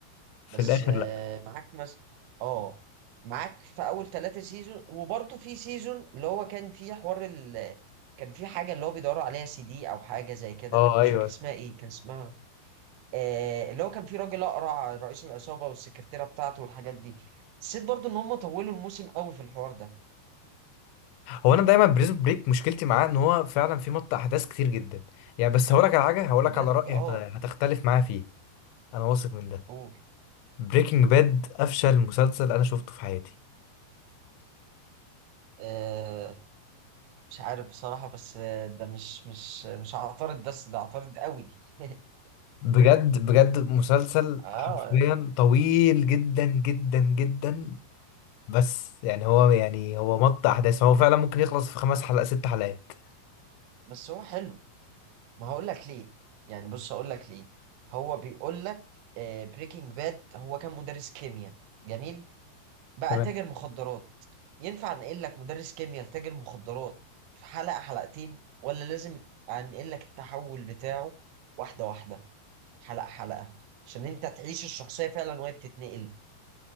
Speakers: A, on the left (about 85°); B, on the right (about 80°).
A: في
B: بس
A: الاخر
B: آه،
A: لا
B: معاك مثلا اه معاك في اول ثلاثة سيزون وبرضه في سيزون اللي هو كان فيه حوار ال... كان في حاجة اللي هو بيدوروا عليها سي دي او حاجة زي كده
A: اه ايوه
B: مش فاكر اسمها ايه كان اسمها آه اللي هو كان في راجل اقرع رئيس العصابة والسكرتيرة بتاعته والحاجات دي حسيت برضه ان هم طولوا الموسم قوي في الحوار ده
A: هو انا دايما بريزون بريك مشكلتي معاه ان هو فعلا في مط احداث كتير جدا يعني بس هقولك على حاجه هقولك
B: بجد
A: على رأيي
B: اه
A: هت... هتختلف معايا فيه انا واثق من ده
B: قول
A: بريكنج باد افشل مسلسل انا شفته في حياتي
B: آه مش عارف بصراحة بس آه، ده مش مش مش هعترض بس ده اعترض قوي <laughs>
A: بجد بجد مسلسل
B: اه
A: حرفيا طويل جدا جدا جدا بس يعني هو يعني هو مط احداث هو فعلا ممكن يخلص في خمس حلقات ست حلقات
B: بس هو حلو ما هقول لك ليه يعني بص هقول لك ليه هو بيقول لك بريكنج باد هو كان مدرس كيمياء جميل بقى
A: تمام
B: تاجر مخدرات ينفع انقل لك مدرس كيمياء لتاجر مخدرات في حلقة حلقتين ولا لازم انقل لك التحول بتاعه واحدة واحدة حلقة حلقة عشان انت تعيش الشخصية فعلا وهي بتتنقل